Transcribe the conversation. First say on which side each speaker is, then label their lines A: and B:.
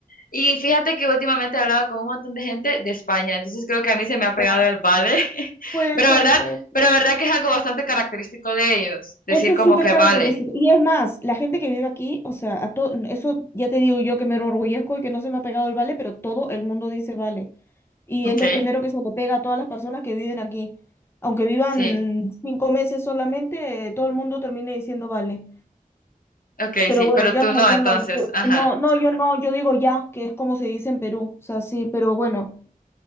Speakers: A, on the left (about 70°); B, on the left (about 15°).
A: Y fíjate que últimamente he hablado con un montón de gente de España, entonces creo que a mí se me ha pegado
B: Ya,
A: el vale, <laughs>
B: Puede
A: pero
B: ser,
A: verdad,
B: puede ser.
A: pero verdad que es algo bastante característico de ellos, decir
B: Eso
A: como
B: es súper
A: que
B: característico.
A: vale,
B: Y es más, la gente que vive aquí, o sea, a to- eso ya te digo yo que me enorgullezco y que no se me ha pegado el vale, pero todo el mundo dice vale. Y
A: ok,
B: es lo primero que se le pega a todas las personas que viven aquí. Aunque vivan
A: sí,
B: cinco meses solamente, eh, todo el mundo termina diciendo vale.
A: ok,
B: Pero
A: sí,
B: bueno,
A: pero
B: yo
A: tú
B: no,
A: no,
B: yo
A: entonces,
B: no, por-
A: ajá.
B: no, no, yo no, yo digo ya, que es como se dice en Perú. O sea, sí, pero bueno,